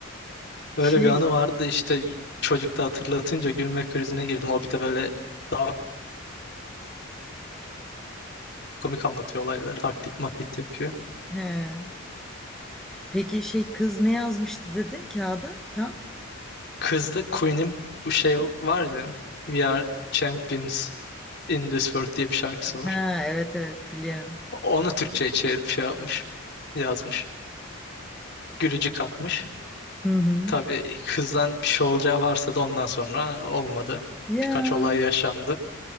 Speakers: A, on the left; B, in the centre.
A: Öyle
B: Şey,
A: bir anı vardı işte çocukta hatırlatınca gülme krizine girdim. O bir de böyle daha komik anlatıyor olayları. Taklit maklit yapıyor.
B: he. Peki şey kız ne yazmıştı dedin kağıda? Tam.
A: Kızda Queen'in bu şey var ya. We are Champions. In This World diye bir şarkısı var.
B: Ha, evet evet biliyorum.
A: Onu Türkçe'ye çevirip şey yapmış. Yazmış. Gülücük atmış.
B: Hı hı.
A: Tabii kızdan bir şey olacağı varsa da ondan sonra olmadı.
B: Ya.
A: Birkaç olay yaşandı.